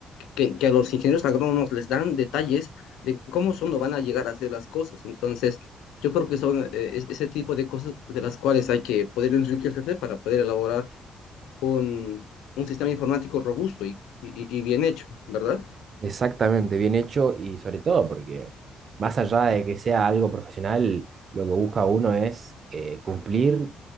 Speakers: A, on the left (about 85°); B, on the right (about 55°).
A: que, que a los ingenieros agrónomos les dan detalles de cómo son o van a llegar a hacer las cosas. Entonces, yo creo que son eh, es- ese tipo de cosas de las cuales hay que poder enriquecerse para poder elaborar un, un sistema informático robusto y, y y bien hecho, ¿verdad?
B: Exactamente, bien hecho y sobre todo porque más allá de que sea algo profesional, lo que busca uno es eh, cumplir